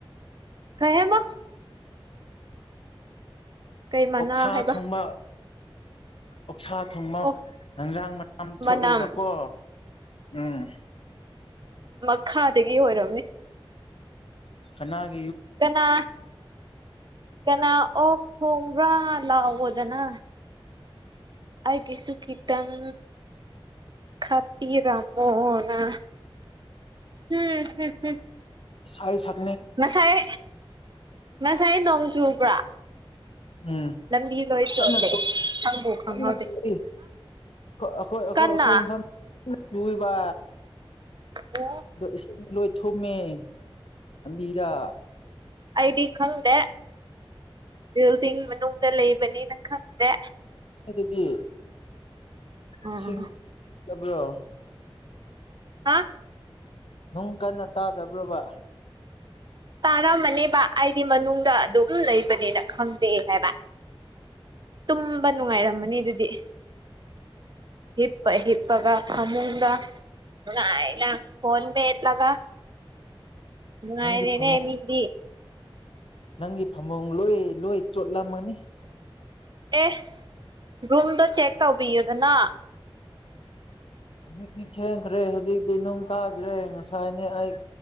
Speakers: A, on the right; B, on the left.
A: ꯀꯩ ꯍꯥꯏꯕ ꯀꯩ ꯃꯅꯥ
B: ꯑꯣꯛꯁꯥ
A: ꯍꯥꯏꯕ
B: ꯊꯣꯡꯕ ꯎ ꯑꯣꯛꯁꯥ ꯊꯣꯡꯕ
A: ꯑꯣ
B: ꯍꯦꯟꯖꯥꯡ ꯃꯌꯥꯝ ꯊꯣꯛꯑꯦꯕꯀꯣ
A: ꯃꯅꯝ
B: ꯎꯝ
A: ꯃꯈꯥꯗꯒꯤ ꯑꯣꯏꯔꯝꯃꯦ
B: ꯀꯅꯥꯒ
A: ꯀꯅꯥ ꯀꯅꯥ ꯑꯣꯛ ꯊꯣꯡ ꯄꯨꯔꯥ ꯂꯥꯛꯑꯣꯗꯅ ꯑꯩꯒꯤꯁꯨ ꯈꯤꯇꯪ ꯈꯄꯤꯤꯔꯃꯣꯅ <unintelligible> ꯎꯝ
B: ꯁꯥꯏꯌꯦ ꯁꯥꯏꯌꯦ
A: ꯉꯁꯥꯏ ꯉꯁꯥꯏ ꯅꯣꯡ ꯆꯨꯕ꯭ꯔꯥ
B: ꯎꯝ
A: ꯂꯝꯕꯤ ꯂꯣꯏ ꯆꯣꯠꯂꯦ
B: ꯀꯟꯅ
A: ꯈꯪꯕꯨ ꯈꯪꯍꯧꯗꯦ
B: ꯀꯟꯅ ꯆꯨꯏ ꯑꯩꯈꯣꯏ ꯑꯩꯈꯣꯏ
A: ꯀꯟꯅ
B: ꯑꯩꯈꯣꯏ ꯏꯝ <unintelligible> ꯇꯏꯕ
A: ꯑꯣ
B: ꯏꯁꯀꯨ ꯂꯣꯏ <unintelligible> ꯊꯨꯝꯃꯦꯕꯤꯔꯥ
A: ꯑꯩꯗꯤ ꯈꯪꯗꯦ ꯕꯤꯜꯗꯤꯡ ꯃꯅꯨꯡꯗ ꯂꯩꯕꯅꯤꯅ ꯈꯪꯗꯦ
B: ꯗꯤ
A: ꯎꯝ
B: ꯁꯤꯡꯗꯕ꯭ꯔꯣ
A: ꯍꯥ
B: ꯅꯨꯡ ꯀꯟꯅ ꯇꯥꯗꯕ꯭ꯔꯣꯕ
A: ꯇꯥꯔꯝꯃꯅꯦꯕ ꯑꯩꯗꯤ ꯃꯅꯨꯡꯗ ꯑꯗꯨꯝ ꯂꯩꯕꯅꯦꯅ ꯈꯪꯗꯦ ꯍꯥꯏꯕ ꯇꯨꯝꯕ ꯅꯨꯡꯉꯥꯏꯔꯝꯃꯅꯤ ꯑꯗꯨꯗꯤ ꯍꯤꯄ ꯍꯤꯞꯄꯒ ꯈꯃꯨꯡꯒ ꯀꯥꯏꯅ ꯐꯣꯟꯣꯟ ꯄꯦ ꯌꯦꯠ ꯂ ꯀ ꯉꯅꯨꯡꯥꯏꯗꯦꯅꯦ
B: ꯅꯪꯒꯤ ꯐꯃꯨꯡ
A: ꯃꯤꯗꯤ
B: ꯅꯪꯒꯤ ꯐꯃꯨꯡ ꯂꯣꯏ ꯂꯣꯏ ꯆꯣꯠꯂꯝꯃꯅꯤ
A: ꯑꯦ ꯔꯨꯝꯗꯣ ꯆꯦꯛ ꯇꯧꯕꯤꯌꯨꯗꯅ
B: ꯍꯧꯖꯤꯛꯇꯤ ꯊꯦꯡꯈ꯭ꯔꯦ ꯍꯧꯖꯤꯛꯇꯤ ꯅꯨꯡ ꯇꯥꯈ꯭ꯔꯦ ꯉꯁꯥꯏꯅꯦ ꯑꯩ